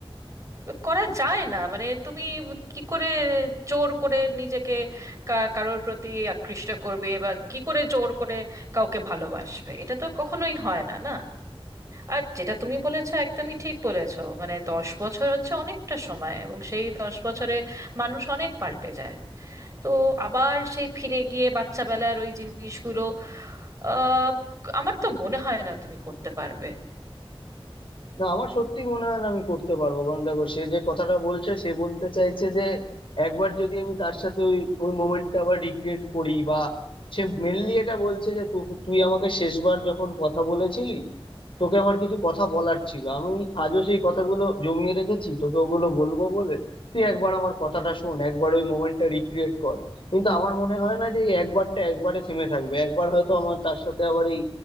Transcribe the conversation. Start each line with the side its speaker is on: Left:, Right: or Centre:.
Right: করা যায় না মানে তুমি কি করে জোর করে নিজেকে কা- কারোর প্রতি আকৃষ্ট করবে বা কি করে জোর করে কাউকে ভালোবাসবে এটা তো কখনোই হয় না না আর যেটা তুমি বলেছো একদমই ঠিক বলেছো মানে দশ বছর হচ্ছে অনেকটা সময় এবং সেই দশ বছরে মানুষ অনেক পাল্টে যায় তো আবার সেই ফিরে গিয়ে বাচ্চাবেলার ওই জিনিসগুলো আহ আমার তো মনে হয় না তুমি করতে পারবে
Left: না আমার সত্যি মনে হয় না আমি করতে পারবো কারণ দেখো সে যে কথাটা বলছে সে বলতে চাইছে যে একবার যদি আমি তার সাথে ওই ওই মোমেন্টটা আবার রিক্রিয়েট করি বা সে মেনলি এটা বলছে যে তো- তুই আমাকে শেষবার যখন কথা বলেছিলি তোকে আমার কিছু কথা বলার ছিল আমি আজও সেই কথাগুলো জমিয়ে রেখেছি তোকে ওগুলো বলবো বলে তুই একবার আমার কথাটা শোন একবার ওই মোমেন্টটা রিক্রিয়েট কর কিন্তু আমার মনে হয় না যে এই একবারটা একবারে থেমে থাকবে একবার হয়তো আমার তার সাথে আবার এই